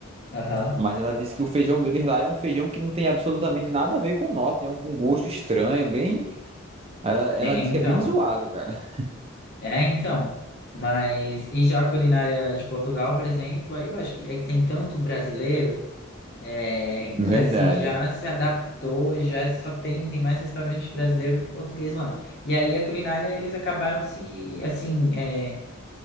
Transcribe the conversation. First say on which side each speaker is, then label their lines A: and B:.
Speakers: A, on the left; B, on the right.
A: Aham.
B: Mas ela disse que o feijão deles lá é um feijão que não tem absolutamente nada a ver com o nosso. Tem um um gosto estranho, bem. Ela, ela
A: É,
B: disse
A: então.
B: que é bem zoado, cara.
A: É, então. Mas, e já a culinária de Portugal, por exemplo, aí eu acho que é que tem tanto brasileiro. É,
B: <laughs> Verdade.
A: que assim já se adaptou, já só tem, tem mais restaurante brasileiro do que português lá. E aí a culinária eles acabaram se assim, é,